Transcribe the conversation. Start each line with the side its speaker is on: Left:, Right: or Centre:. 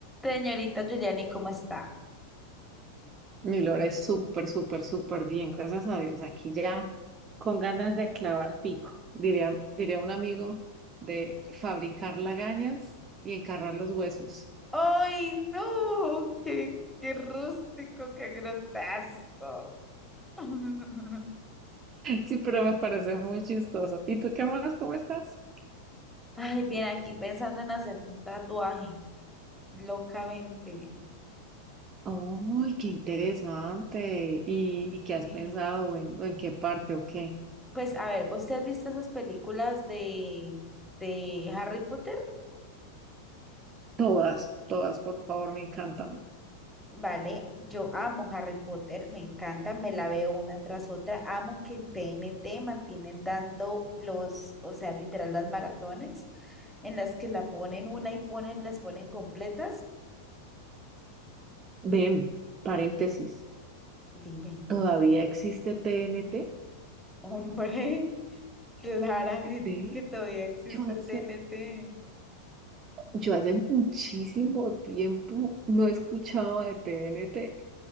Centre: Señorita Giuliani, ¿cómo está?
Right: Mi Lora es súper, súper, súper bien, gracias a Dios. Aquí ya con ganas de clavar pico, diría, diría un amigo, de fabricar lagañas y encarrar los huesos. <laughs>
Centre: ¡Ay, no! ¡Qué, qué rústico, qué grotesco! <laughs>
Right: Sí, pero me parece muy chistoso. ¿Y tú qué más? ¿Cómo estás?
Centre: Ay, bien, aquí pensando en hacer un tatuaje, locamente.
Right: Uy, qué interesante. ¿Y, y qué
Centre: Sí.
Right: has pensado? ¿O en, o en qué parte o qué?
Centre: Pues, a ver, ¿vos te has visto esas películas de, de Harry Potter?
Right: Todas, todas, por favor, me encantan.
Centre: Vale, yo amo Harry Potter, me encanta, me la veo una tras otra. Amo que en TNT mantienen dando los, o sea, literal las maratones en las que la ponen una y ponen, las ponen completas.
Right: Ven, paréntesis,
Centre: Dime,
Right: ¿todavía existe TNT?
Centre: <laughs> hombre, claramente
Right: Ve,
Centre: que todavía existe
Right: yo hace
Centre: TNT,
Right: Yo hace muchísimo tiempo no escuchaba de T N T,